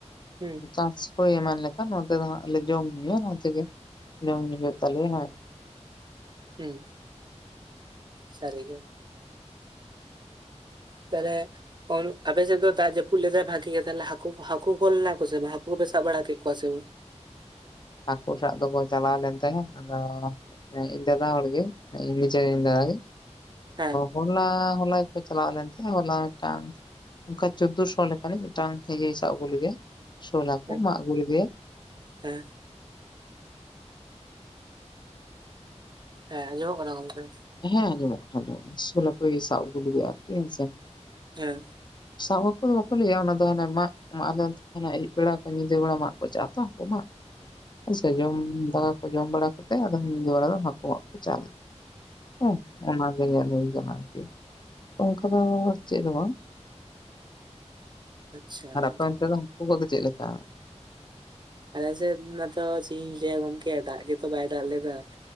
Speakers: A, on the right (about 40°); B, on the left (about 40°).
A: ᱦᱩᱸ
B: ᱪᱟᱥ ᱦᱳᱭ ᱮᱢᱟᱱ ᱞᱮᱠᱷᱟᱱ ᱱᱚᱛᱮ ᱫᱚ ᱦᱟᱸᱜ ᱞᱮ ᱡᱚᱢ ᱧᱩᱭᱟ ᱚᱱᱟᱛᱮᱜᱮ ᱡᱚᱢ ᱧᱩ ᱦᱩᱭᱩᱜ ᱛᱟᱞᱮᱭᱟ ᱦᱮᱸ
A: ᱦᱮᱸ ᱥᱟ. ᱨᱤ ᱜᱮ ᱛᱟᱦᱞᱮ ᱟᱯᱮ ᱥᱮ ᱫᱚ ᱫᱟᱜ ᱡᱟᱹᱯᱩ ᱞᱮᱫᱟᱭ ᱵᱷᱟᱜᱤ ᱜᱮ ᱛᱟᱦᱞᱮ ᱦᱟᱹᱠᱩ ᱦᱟᱹᱠᱩ ᱠᱚ ᱞᱮᱱᱟ ᱠᱚ ᱥᱮ ᱦᱟᱹᱠᱩ ᱯᱮ ᱥᱟᱵ ᱵᱟᱲᱟ ᱠᱚᱣᱟ ᱥᱮ ᱵᱟᱝ
B: ᱦᱟᱹᱠᱩ ᱥᱟᱵ ᱫᱚᱠᱚ ᱪᱟᱞᱟᱣ ᱞᱮᱱ ᱛᱟᱦᱮᱸᱫ ᱟᱫᱚ ᱤᱧ ᱫᱟᱫᱟ ᱦᱟᱲ ᱜᱮ ᱤᱧ ᱱᱤᱡᱮᱨ ᱤᱧ ᱫᱟᱫᱟᱼᱜᱮ
A: ᱦᱮᱸ
B: ᱦᱚᱞᱟ ᱦᱚᱞᱟ ᱜᱮᱠᱚ ᱪᱞᱟᱣ ᱞᱮᱱ ᱛᱟᱦᱮ ᱦᱚᱞᱟ ᱢᱤᱫᱴᱟᱝ ᱚᱱᱠᱟ ᱪᱳᱫᱽᱫᱳ ᱥᱚ ᱞᱮᱠᱟᱱᱤᱡ ᱢᱤᱫᱴᱟᱝ ᱥᱟᱵ ᱟᱹᱜᱩ ᱞᱮᱫᱮᱭᱟ ᱥᱳᱦ ᱦᱟᱠᱩ
A: ᱦᱮᱸ
B: ᱢᱟᱜ ᱟᱹᱜᱩ ᱞᱮᱫᱮᱭᱟ
A: ᱦᱮᱸ ᱦᱮᱸ ᱟᱡᱚᱢᱚᱜ ᱠᱟᱱᱟ ᱜᱚᱝᱠᱮ
B: ᱦᱮᱸ ᱟᱸᱡᱚᱢᱚᱜ ᱠᱟᱱᱟ ᱟᱸᱡᱚᱢᱚᱜ ᱠᱟᱱᱟ ᱥᱳᱞ ᱦᱟᱠᱩᱭ ᱥᱟᱵ ᱟᱜᱩ ᱞᱮᱫᱮᱭᱟ ᱦᱮᱸ ᱥᱮ
A: ᱦᱮᱸ
B: ᱥᱟᱵᱟ ᱵᱟᱯᱮ ᱦᱩᱭᱩᱜᱭᱟ ᱚᱱᱟ ᱫᱚ ᱦᱟᱱᱮ ᱢᱟ ᱢᱟ ᱟᱞᱮ ᱟᱹᱭᱩᱵ ᱵᱮᱲᱟ ᱧᱤᱫᱟᱹ ᱵᱮᱲᱟ ᱢᱟ ᱠᱚ ᱪᱟ ᱛᱚ ᱟᱠᱚ ᱢᱟ ᱦᱮᱸ ᱥᱮ ᱡᱚᱢ ᱫᱟᱠᱟ ᱠᱚ ᱡᱚᱢ ᱵᱟᱲᱟ ᱠᱟᱛᱮ ᱟᱫᱚ ᱧᱤᱫᱟᱹ ᱵᱮᱲᱟ ᱫᱚ ᱦᱟᱹᱠᱩᱟᱜ ᱠᱚ ᱪᱟᱞ ᱦᱮᱸ ᱚᱱᱟ ᱜᱮ ᱧᱮᱞ ᱦᱩᱭ ᱟᱠᱟᱱᱟ ᱟᱨᱠᱤ ᱚᱱᱠᱟ ᱫᱚ ᱪᱮᱫ ᱫᱚ ᱵᱟᱝ
A: ᱟᱪᱪᱷᱟ
B: ᱟᱨ ᱟᱯᱮ
A: ᱜᱚᱝᱠᱮ,
B: ᱚᱱᱛᱮ ᱫᱚ ᱩᱱᱠᱩ ᱠᱚᱫᱚ ᱪᱮᱫ ᱞᱮᱠᱟ?
A: ᱟᱞᱮ ᱥᱮ ᱢᱟᱛᱚ ᱪᱮ ᱤᱧ ᱞᱟᱹᱭᱟ ᱜᱚᱝᱠᱮ ᱫᱟᱜ ᱜᱮᱛᱚ ᱵᱟᱭ ᱫᱟᱜ ᱞᱮᱫᱟ ᱾